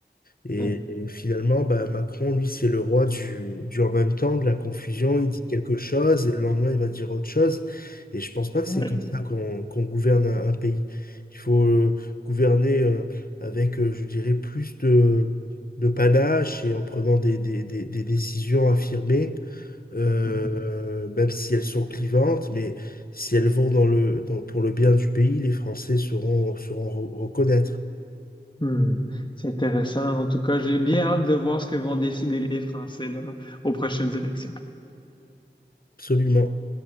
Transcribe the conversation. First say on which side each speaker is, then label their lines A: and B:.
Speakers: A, on the left (about 55°); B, on the left (about 25°).
A: Et,
B: ouais.
A: et finalement, bah, Macron, lui, c'est le roi du, du en même temps, de la confusion. Il dit quelque chose et le lendemain, il va dire autre chose. Et je pense pas que
B: <laughs>
A: c'est comme ça qu'on qu'on gouverne un, un pays. Il faut euh, gouverner euh, avec, euh, je dirais, plus de, de panache et en prenant des, des- des- des décisions affirmées, euh,
B: Ouais.
A: même si elles sont clivantes, mais si elles vont dans le, dans- pour le bien du pays, les Français sauront, sauront re- reconnaître.
B: Hmm, c'est intéressant. En tout cas, j'ai bien hâte de voir ce que vont décider les Français là, aux prochaines élections.
A: Absolument.